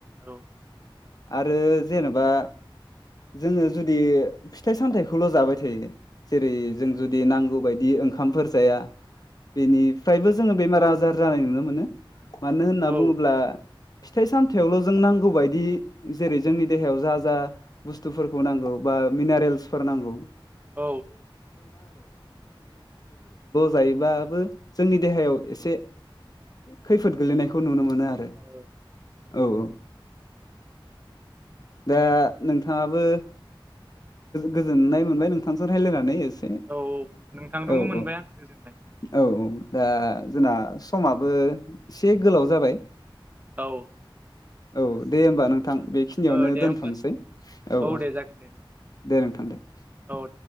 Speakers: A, on the right (about 20°); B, on the left (about 45°).
A: औ
B: आरो जेनेबा जोङो जुदि फिथाइ सामथायाइखौल' जाबाय थायो जेरै जों जुदि नांगौ बायदि ओंखामफोर जाया बेनिफ्रायबो जोङो बेमार आजार जानाय नुनो मोनो मानो होनना
A: औ
B: बुङोब्ला फिथाइ सामथायावल' जों नांगौ बायदि जेरै जोंनि देहायाव जा जा बुस्थुफोरखौ नांगौ बा मोनारेलस फोर नांगौ
A: औ
B: जायोबाबो जोंनि देहायाव एसे खैफोद गोलैनायखौ नुनो मोनो आरो
A: औ
B: औ औ दा नोंथाङाबो गोजोननाय मोनबाय नोंथांजों रायज्लायनानै एसे
A: औ औ नोंथां दङ
B: औ
A: मोनबाय
B: औ
A: आं गोजोनबाय
B: औ औ दा जोंना समाबो एसे गोलाव जाबाय
A: औ
B: औ दे होमबा नों नोंथां बेखिनियावनो
A: ओ दे होमबा
B: दोनथ'नोसै औ औ
A: दे जागोन दे
B: दे नोंथां दे
A: औ